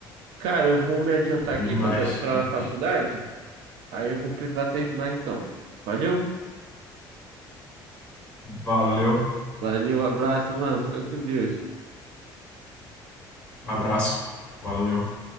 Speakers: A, on the right (about 75°); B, on the left (about 15°).
A: Cara, eu vou me adiantar
B: Demais.
A: aqui para
B: demais.
A: a faculdade. Aí eu vou precisar terminar então. Valeu?
B: Valeu.
A: Valeu, abraço, mano. Fica com Deus.
B: Abraço. Valeu.